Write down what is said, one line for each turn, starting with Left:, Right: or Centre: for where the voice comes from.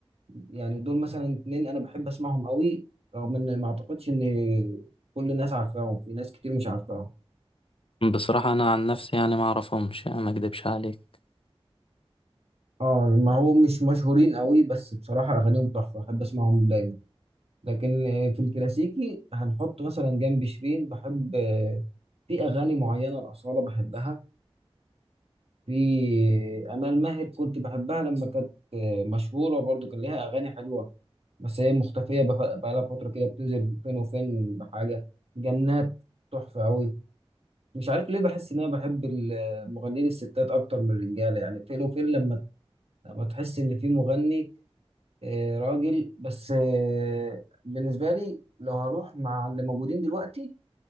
Right: يعني دول مثلا اتنين انا بحب اسمعهم قوي رغم ان ما اعتقدش ان كل الناس عارفاهم في ناس كتير مش عارفاهم
Left: بصراحة أنا عن نفسي يعني ما أعرفهمش يعني ما أكدبش عليك
Right: اه ما هو مش مشهورين قوي بس بصراحه اغانيهم تحفه احب اسمعهم دايما لكن آه، في الكلاسيكي هنحط مثلا جنب شيرين بحب آه، في اغاني معينه الاصاله بحبها في امال ماهر كنت بحبها لما كانت مشهوره برضو كان ليها اغاني حلوه بس هي مختفيه بف- بقالها فتره كده بتنزل فين وفين بحاجه جنات تحفه قوي مش عارف ليه بحس ان انا بحب المغنيين الستات اكتر من الرجاله يعني فين وفين لما لما تحس ان في مغني آه، راجل بس آه، بالنسبه لي لو هروح مع اللي موجودين دلوقتي